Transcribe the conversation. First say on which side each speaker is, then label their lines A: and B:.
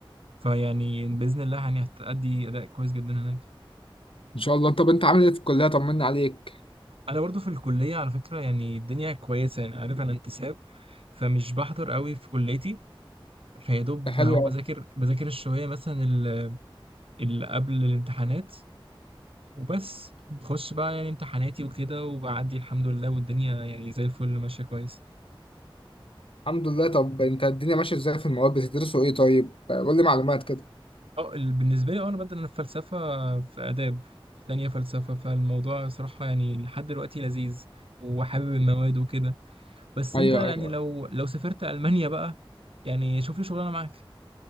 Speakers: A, on the right; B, on the left.
A: فيعني بإذن الله يعني هتأدي أداء كويس جدا هناك
B: ان شاء الله طب انت عامل ايه في الكلية طمنا عليك
A: انا برضو في الكليه على فكره يعني الدنيا كويسه يعني عارف انا انتساب فمش بحضر قوي في كليتي فيا دوب
B: حلو
A: ما هو
B: أوي.
A: بذاكر بذاكر الشويه مثلا ال- اللي قبل الامتحانات وبس بخش بقى يعني امتحاناتي وكده وبعدي الحمد لله والدنيا يعني زي الفل ماشيه كويس
B: الحمد لله طب انت الدنيا ماشية ازاي في المواد بتدرسوا ايه طيب آه، قول لي معلومات كده
A: اه ال- بالنسبه لي اه انا بدل الفلسفه في فلسفه في اداب تانية فلسفه فالموضوع صراحه يعني لحد دلوقتي لذيذ وحابب المواد وكده بس
B: ايوه
A: انت يعني
B: ايوه
A: لو لو سافرت المانيا بقى يعني شوف لي شغلانه معاك